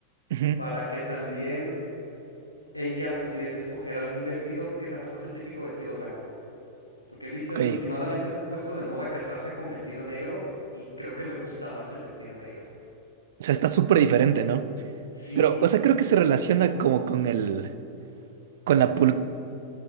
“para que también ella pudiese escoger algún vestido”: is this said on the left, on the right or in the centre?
Left